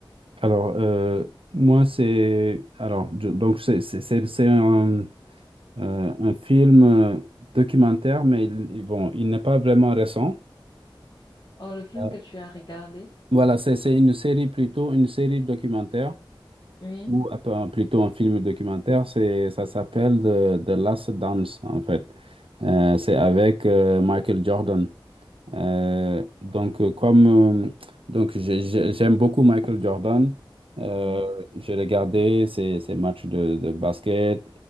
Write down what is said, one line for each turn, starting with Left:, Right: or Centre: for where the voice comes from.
Right: Alors, euh, moi, c'est. Alors, je- donc, c'est c'est- c'est- c'est un, euh, un film euh, documentaire, mais il, il- bon, il n'est pas vraiment récent.
Left: Oh, le film
Right: Euh,
Left: que tu as regardé?
Right: voilà, c'est c'est une série plutôt, une série documentaire,
Left: Oui,
Right: ou un peu- un- plutôt un film documentaire. C'est, ça s'appelle The, The Last Dance, en fait. Euh, c'est avec euh, Michael Jordan. Euh, donc, euh, comme euh, donc j'ai- j'ai- j'aime beaucoup Michael Jordan, euh,
Left: oui,
Right: j'ai regardé ses, ses matchs de, de basket